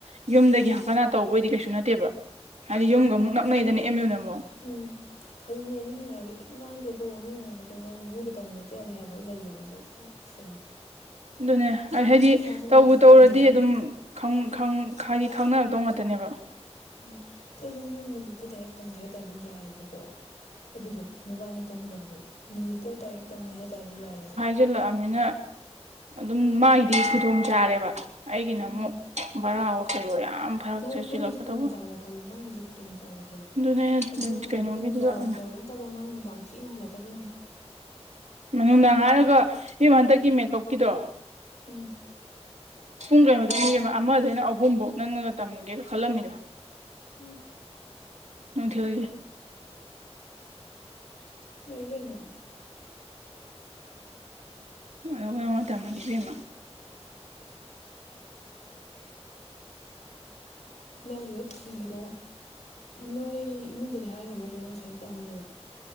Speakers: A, on the right; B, on the left.
A: ꯌꯨꯝꯗꯒꯤ ꯍꯪꯒꯠꯗꯥ ꯇꯧꯕꯣꯏꯗꯤ ꯀꯩꯁꯨ ꯅꯠꯇꯦꯕ ꯍꯥꯏꯗꯤ ꯌꯨꯝꯒ ꯑꯃꯨꯛ
B: ꯍꯧꯖꯤꯛꯅꯦ
A: ꯅꯛꯅꯩꯗꯅ ꯑꯦꯝ ꯌꯨꯅ ꯑꯃꯨꯛ
B: ꯎꯝ ꯍꯧꯖꯤꯅꯦ ꯃꯤ ꯉꯥꯏꯕ ꯀꯩꯝ ꯀꯥꯟꯗꯦꯀꯣ ꯃꯤ ꯉꯥꯏꯕ ꯀꯩꯝ ꯀꯥꯟꯗꯦ ꯃꯤꯒ ꯇꯧꯃꯤꯟꯅꯗꯦ ꯌꯥꯗꯦ ꯍꯥꯏꯕ <unintelligible> ꯀꯩꯅꯣ
A: ꯑꯗꯨꯅꯦ
B: ꯃꯥꯁꯨ
A: ꯍꯥꯏꯗꯤ
B: ꯃꯥꯁꯨ
A: ꯇꯧꯕꯨ
B: ꯃꯥꯅ ꯊꯣꯛꯄ
A: ꯇꯧꯔꯗꯤ
B: ꯇꯝꯖꯖꯅꯤ
A: ꯑꯗꯨꯝ ꯈꯪ ꯈꯪ ꯍꯥꯏꯗꯤ ꯈꯪꯅꯔꯛꯇꯧ ꯉꯥꯛꯇꯅꯦꯕ
B: ꯎꯝ ꯀꯩꯒꯨꯝꯕ ꯅꯣꯏ ꯅꯤꯂꯤꯠꯇꯨꯗ ꯍꯦꯛ ꯇꯝꯒꯦ ꯍꯥꯏꯇꯥꯔꯗꯤ ꯌꯥꯏꯕꯀꯣ ꯑꯗꯨꯗꯣ ꯅꯣꯏꯕꯥꯅꯤ ꯇꯝꯃꯤꯟꯅꯕꯗꯣ ꯅꯤꯂꯤꯠꯇ ꯗꯥꯏꯔꯦꯛ ꯇꯝꯅꯤ ꯍꯥꯏꯇꯥꯔꯗꯤ ꯌꯥꯏꯌꯦꯕ
A: ꯖꯤꯜꯂꯛꯑꯝꯅꯤꯅ ꯑꯗꯨꯝ ꯃꯥꯒꯤꯗꯤ ꯈꯨꯗꯣꯡ ꯆꯥꯔꯦꯕ ꯑꯩꯒꯤꯅ
B: ꯎꯝ
A: ꯑꯃꯨꯛ ꯕꯔꯥꯋꯣ ꯀꯩꯋꯣ ꯌꯥꯝ ꯐꯔꯛ
B: ꯅꯪ
A: ꯆꯠꯁꯤꯜꯂꯛꯀꯗꯧꯕ
B: ꯅꯪꯒꯤꯁꯨ ꯈꯨꯗꯣꯡꯆꯥꯥꯕ ꯈꯜꯂꯣ ꯅꯪꯒꯤꯁꯨ ꯈꯨꯗꯣꯡ ꯆꯥꯥꯕ ꯈꯜꯂꯣ
A: ꯑꯗꯨꯅꯦ ꯑꯩꯅ
B: ꯑꯗꯨ ꯅꯪ ꯍꯜꯂꯛꯇꯣꯏ
A: ꯀꯩꯅꯣꯒꯤꯗꯨꯗ
B: ꯅꯨꯡꯗꯥꯡ ꯋꯥꯏꯔꯝ
A: ꯑꯣꯏꯅ
B: ꯇꯧꯔꯦꯅ ꯀꯜꯂꯣ ꯅꯪ ꯅꯨꯡꯗꯥꯡ ꯊꯦꯡꯅ ꯍꯜꯂꯛꯀꯗꯣꯏꯅꯦ
A: ꯃꯥ ꯅꯨꯡꯗꯥꯡ ꯍꯥꯏꯔꯒ ꯏꯕꯦꯝ ꯍꯟꯗꯛꯀꯤ ꯃꯦꯀꯞꯀꯤꯗꯣ
B: ꯎꯝ
A: ꯄꯨꯡ ꯀꯩꯅꯣꯗꯅꯤ ꯏꯕꯦꯝꯃ ꯑꯃꯗꯩꯅ ꯑꯍꯨꯝꯕꯧ ꯅꯪꯅꯒ ꯇꯝꯅꯤꯡꯉꯦꯒ ꯈꯜꯂꯝꯃꯤꯗꯣ
B: ꯎꯝ꯫
A: ꯅꯨꯡꯊꯤꯜꯒꯤ꯫
B: ꯌꯥꯏ ꯀꯩꯅꯣ꯫
A: ꯑ ꯋꯥꯑꯣ ꯇꯝꯃꯗꯤ ꯏꯕꯦꯝꯃ꯫
B: ꯅꯪꯒꯤꯗꯣ ꯊꯤꯔꯣ ꯅꯣꯏ ꯏꯃꯨꯡꯗꯗꯤ ꯍꯥꯏ ꯉꯝꯃꯥꯗ꯭ꯔꯣ ꯅꯪ ꯁꯨꯃꯥꯏꯅ ꯇꯝꯅꯦꯅ꯫